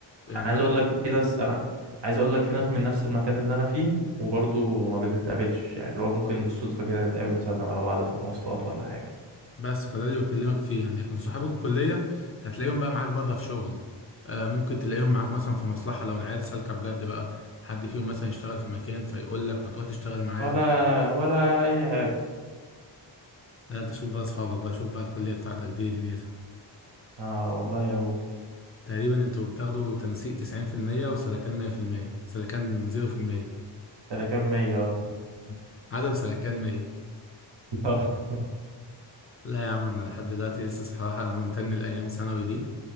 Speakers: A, on the left; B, on the right.
A: يعني
B: انا عايز اقول لك في ناس انا عايز اقول لك في ناس من نفس المكان اللي انا فيه وبرضه ما بنتقابلش يعني اللي هو ممكن بالصدفة كده نتقابل نسلم على بعض في المواصلات ولا حاجة
A: بس فده اللي بكلمك فيه يعني لكن صحاب الكلية هتلاقيهم بقى معاك بره في شغل آه ممكن تلاقيهم معاك مثلا في مصلحة لو العيال سالكة بجد بقى حد فيهم مثلا يشتغل في مكان فيقول لك فتروح تشتغل معاه
B: ولا ولا اي حاجة
A: لا انت شوف بقى اصحابك بقى شوف بقى الكلية بتاعتك دي إيه دنيتها
B: اه والله يا هود
A: تقريبا انتوا بتاخدوا تنسيق 90% وسلكان 100% سلكان 0%
B: ده انا كام مية اه
A: <laughs> عدم سلكان 100
B: آه. <laughs>
A: لا يا عم انا لحد دلوقتي لسه صراحه انا ممتن لايام ثانوي دي